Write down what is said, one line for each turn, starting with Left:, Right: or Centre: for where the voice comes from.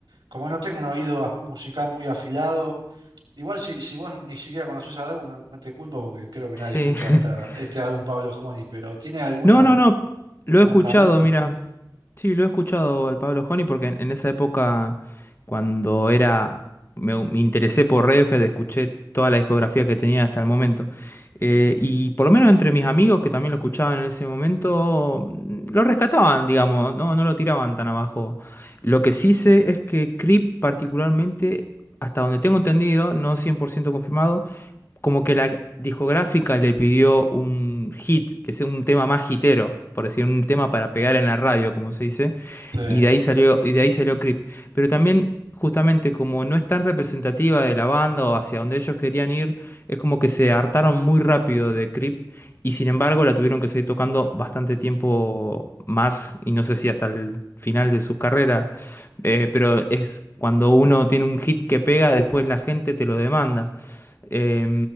Right: Como no tengo un oído af- musical muy afilado, igual si, si vos ni siquiera conocés al álbum, no, no te culpo porque creo que
Left: Sí.
Right: nadie escucha
Left: <laughs>
Right: esta, este álbum Pablo Honey, pero ¿tiene algún
Left: No, no, no, lo he
Right: fundamento?
Left: escuchado, mira. Sí, lo he escuchado al Pablo Joni porque en, en esa época, cuando era, me, me interesé por Radiohead, escuché toda la discografía que tenía hasta el momento. Eh, y por lo menos entre mis amigos que también lo escuchaban en ese momento, mm, lo rescataban, digamos, no, no lo tiraban tan abajo. Lo que sí sé es que Creep particularmente, hasta donde tengo entendido, no 100% confirmado, como que la discográfica le pidió un hit, que sea un tema más hitero, por decir, un tema para pegar en la radio, como se dice,
Right: Sí.
Left: y de ahí salió, y de ahí salió Creep. Pero también, justamente, como no es tan representativa de la banda o hacia donde ellos querían ir, es como que se hartaron muy rápido de Creep. Y sin embargo la tuvieron que seguir tocando bastante tiempo más, y no sé si hasta el final de sus carreras, eh, pero es cuando uno tiene un hit que pega, después la gente te lo demanda. Eh,